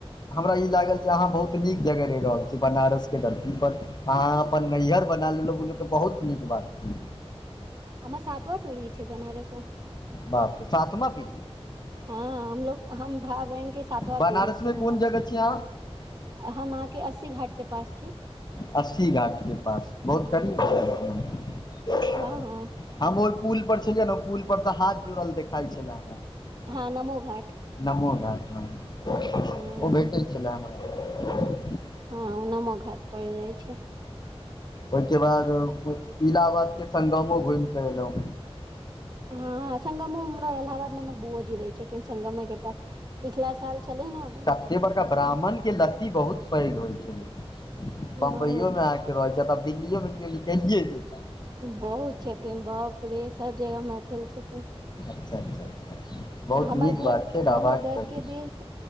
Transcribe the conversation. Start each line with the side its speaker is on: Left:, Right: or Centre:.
Left: हमरा ई लागल जे अहाँ बहुत नीक जगह रेह रहल छीये बनारस गलती पर अहाँ अपन नैहिर बना लेलहु बल तऽ बहुत नीक बात छै
Right: हमर सातवा पेढ़ी छै बनारसमे
Left: बाप सातमा पी ढी
Right: हँ हमलोग हम भाय बहिन क सातवा
Left: बनारसमे
Right: पीढ़ी छै बनारसमे
Left: कोन जगह छियै अहाँ
Right: हम अहाँके अस्सी घाट के पास
Left: अस्सी घाटके पास बहुत करीब छै
Right: ह हँ
Left: हम ओह पुल पर छलियै ने पुल पर सँ हाथ जुड़ल देखाय छलै
Right: हँ नमो घाट
Left: नमो ओ
Right: हँ
Left: भेट छले हमरा
Right: हँ उ नमो घाट पर रहै छै
Left: ओहिके बाद इलाहाबाद के संगमो घुमि कऽ एलौ
Right: हँ संगमो में हमरा इलाहाबाद मे हमर बुओ जी रहै छथिन संगमे पिछला साल छलै न
Left: तते बड़का ब्राह्मण के लत्ती बहुत पैघ होय छै
Right: बहुत
Left: बम्बइयो में आहा के रहै छै तब दिल्लियो मे केओ निकलिए जेतै
Right: बहुत छथिन बाप‌ रे सब जगह मैथिल छथिन
Left: अच्छा अच्छा अच्छा बहुत
Right: हमर
Left: नीक
Right: घर
Left: बात छै रहबाक
Right: हमर घर
Left: चाही
Right: के दिश